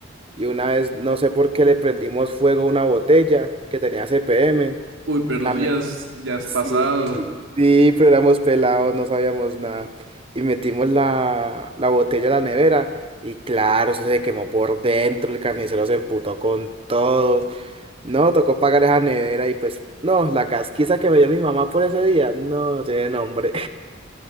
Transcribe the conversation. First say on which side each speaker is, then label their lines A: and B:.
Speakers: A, on the right; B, on the right.
A: Y una vez, no sé por qué, le prendimos fuego a una botella que tenía CPM
B: Uy, pero
A: y la,
B: eso
A: me-
B: ya es, ya es
A: Sí,
B: pasado.
A: sí, pero éramos pelados, no sabíamos nada. Y metimos la, la botella a la nevera y claro, eso se quemó por dentro, el carnicero se emputó con todos. No, tocó pagar esa nevera y pues, no, la casquiza que me dio mi mamá por ese día, no, no tiene nombre.